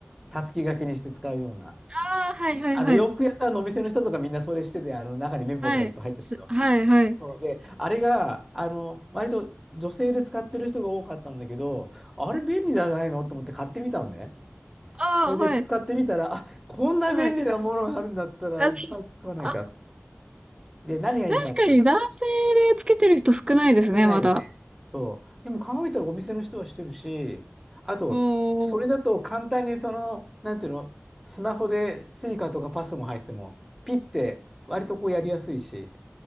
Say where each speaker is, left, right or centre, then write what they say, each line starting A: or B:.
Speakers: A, in the centre; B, on the right.
A: たすき掛けにして使うような。
B: ああ、はいはいはい。
A: あの、洋服屋さんのお店の人とかみんなそれしてて、あの、中にメモとかいっぱい入ってるけど。
B: はい。はいはい。
A: そうで、あれが、あの、割と女性で使ってる人が多かったんだけど、あれ便利じゃないのと思って買ってみたのね。
B: ああ、
A: それで使ってみたら、
B: はい。
A: あ、こんな便利なものがあるんだったらいっぱい使わなきゃ。
B: はい。あ、あ
A: で、何がいいかって、
B: 確かに男性でつけてる人少ないですね、
A: 少ないよね。
B: まだ。
A: でも考えたらお店の人はしてるし、あと、
B: お
A: それだと簡単にその、
B: ー、
A: なんていうの、スマホでスイカとかパスも入っても、ピッて割とこうやりやすいし、